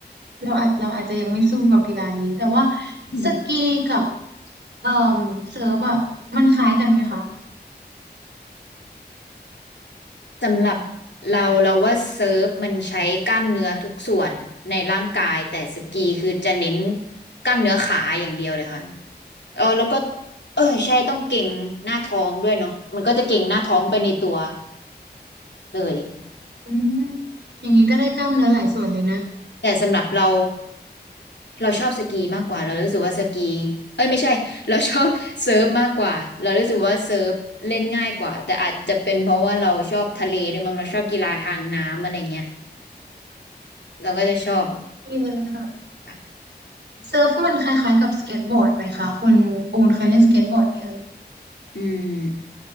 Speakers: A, on the right (about 80°); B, on the left (about 85°).
A: เราอาจเราอาจจะยังไม่สู้กับกีฬานี้แต่ว่า
B: อืม
A: สกีกับเอ่อเซิร์ฟอะมันคล้ายกันไหมคะ
B: สำหรับเราเราว่าเซิร์ฟมันใช้กล้ามเนื้อทุกส่วนในร่างกายแต่สกีคือจะเน้นกล้ามเนื้อขาอย่างเดียวเลยค่ะเออแล้วก็เออใช่ต้องเก่งหน้าท้องด้วยเนาะมันก็จะเก่งหน้าท้องไปในตัวเลย
A: อืมอย่างนี้ก็ได้กล้ามเนื้อหลายส่วนเลยนะ
B: แต่สำหรับเรา เราชอบสกีมากกว่าเรารู้สึกว่าสกีเอ้ยไม่ใช่ <laughs> เราชอบเซิร์ฟมากกว่าเรารู้สึกว่าเซิร์ฟเล่นง่ายกว่าแต่อาจจะเป็นเพราะว่าเราชอบทะเลด้วยมั้งเราชอบกีฬาทางน้ำอะไรเงี้ยเราก็จะชอบ
A: ดีเลยค่ะ
B: ค่ะ
A: เซิร์ฟมันคล้ายๆกับสเก็ตบอร์ดไหมคะคุณอูนเคยเล่นสเก็ตบอร์ดไหมเอ่ย
B: อืม